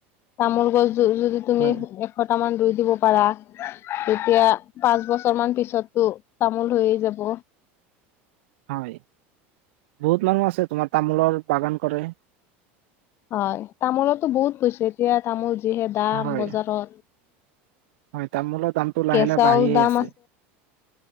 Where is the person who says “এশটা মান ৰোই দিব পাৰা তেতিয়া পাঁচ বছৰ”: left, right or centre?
Left